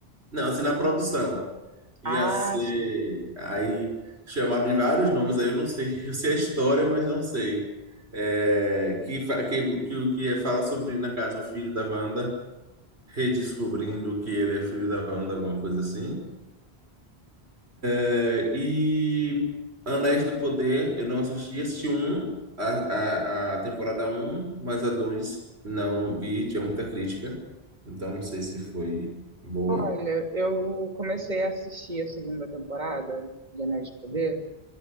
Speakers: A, on the right; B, on the right.
A: Não, assim, na produção. Ia
B: Ah,
A: ser.
B: sim.
A: Aí chamaram de vários nomes, aí eu não sei. <laughs> Eu sei a história, mas não sei. É, que, fa- que, que, que é, fala sobre, na casa, o filho da Wanda redescobrindo que ele é filho da Wanda, alguma coisa assim. É, E Anéis do Poder, eu não assisti, assisti um, a, a, a temporada um, mas a 2 não vi, tinha muita crítica, então não sei se foi boa.
B: Olha, eu comecei a assistir a segunda temporada de Anéis de Poder.